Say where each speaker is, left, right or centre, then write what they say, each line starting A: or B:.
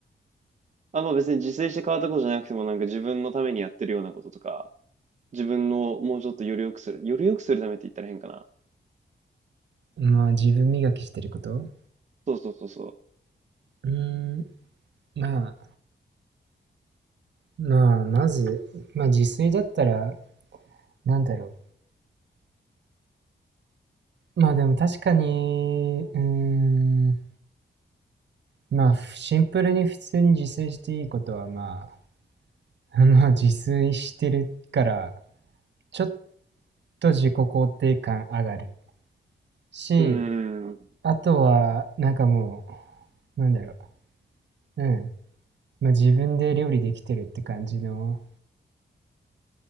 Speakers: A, on the right; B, on the right.
A: あ、まあ別に自炊して変わったことじゃなくてもなんか自分のためにやってるようなこととか、自分をもうちょっとより良くする。より良くするためって言ったら変かな。
B: まあ自分磨きしてること
A: そうそうそうそ
B: うーんまあまあまずまあ自炊だったらなんだろうまあでも確かにうーんまあシンプルに普通に自炊していいことはまあ <laughs> まあ自炊してるからちょっと自己肯定感上がるし
A: う。うーん。
B: あとはなんかもうなんだろううんまあ自分で料理できてるって感じの